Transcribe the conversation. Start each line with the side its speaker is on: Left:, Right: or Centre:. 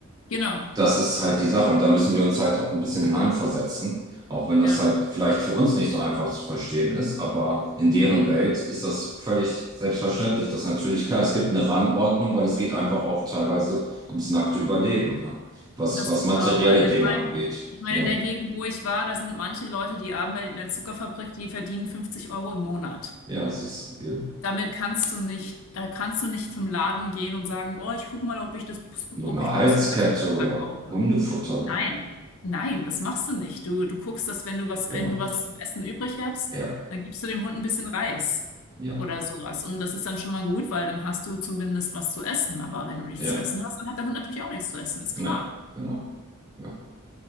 Left: genau.
Right: Das ist halt die Sache und da müssen wir uns halt auch ein bisschen hineinversetzen, auch wenn
Left: Ja,
Right: das halt vielleicht für uns nicht so einfach zu verstehen ist, aber in deren Welt ist das völlig selbstverständlich. Das ist natürlich klar, es gibt eine Rangordnung, weil es geht einfach auch teilweise ums nackte Überleben, ne? Was,
Left: das
Right: was
Left: tut's
Right: materielle
Left: auch. Also ich
Right: Dinge
Left: meine,
Right: angeht.
Left: ich meine,
Right: Ja.
Left: in der Gegend, wo ich war, da sind manche Leute, die arbeiten in der Zuckerfabrik, die verdienen 50 Euro im Monat.
Right: Ja, siehst du, eben.
Left: Damit kannst du nicht, da kannst du nicht zum Laden gehen und sagen, oh, ich guck mal, ob ich das,
Right: Nur
Left: ob
Right: eine
Left: ich
Right: Halskette
Left: ein bisschen Katzenfutter
Right: oder
Left: kaufe.
Right: Hundefutter, ne?
Left: Nein, nein, das machst du nicht. Du, du guckst, dass wenn du was,
Right: Genau.
Left: wenn du was zum Essen übrig hast,
Right: Ja,
Left: dann gibst du dem Hund ein bisschen Reis
Right: ja,
Left: oder sowas. Und das ist dann schon mal gut, weil dann hast du zumindest was zu essen. Aber wenn du nichts
Right: ja,
Left: zu essen hast, dann hat der Hund natürlich auch nichts zu essen, ist klar.
Right: ne, genau. Ja.